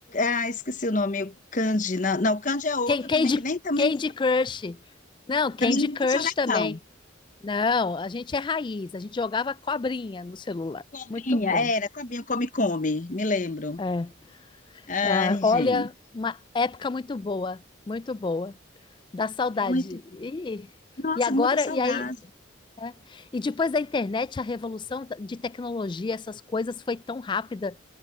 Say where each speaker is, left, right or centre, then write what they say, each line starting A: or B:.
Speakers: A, on the left; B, on the left.
A: ah, esqueci o nome, o Candy, não, não, o Candy é outro
B: Can- Candy,
A: também que nem também,
B: Candy Crush. Não, Candy
A: também não
B: Crush
A: vou jogar
B: também.
A: não.
B: Não, a gente é raiz, a gente jogava cobrinha no celular.
A: Cobrinha,
B: Muito bom.
A: era, cobrinha, come, come, me lembro.
B: É.
A: Ai,
B: Ah, olha,
A: gente,
B: uma época muito boa, muito boa. Dá saudade.
A: muito,
B: e
A: nossa,
B: E agora,
A: muita saudade.
B: e aí, É. E depois da internet, a revolução da- de tecnologia, essas coisas foi tão rápida